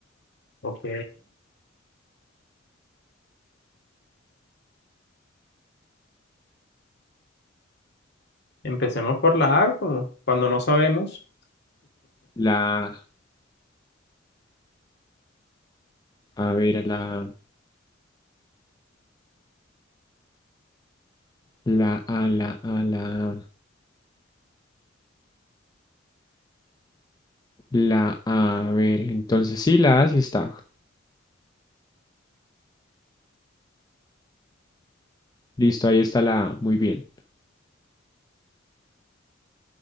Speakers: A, on the left; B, on the left.
A: Ok, empecemos por la A, como cuando no sabemos
B: La, a ver, la, la, a, la, a, la, la, a, ver. Entonces sí, la A sí está. Listo, ahí está la A. Muy bien.